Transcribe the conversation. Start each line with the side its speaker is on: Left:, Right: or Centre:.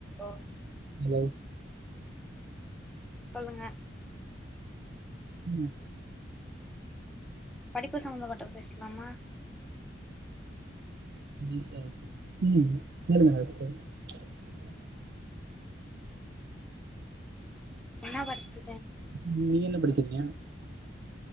Centre: ஆ
Right: hello
Centre: சொல்லுங்க
Right: ம்
Centre: படிப்பு சம்பந்தப்பட்டது பேஸ்லாமா
Right: ம் <inaudible>
Centre: என்ன படிச்சு
Right: ம் நீங்க என்ன படிக்கிறீங்க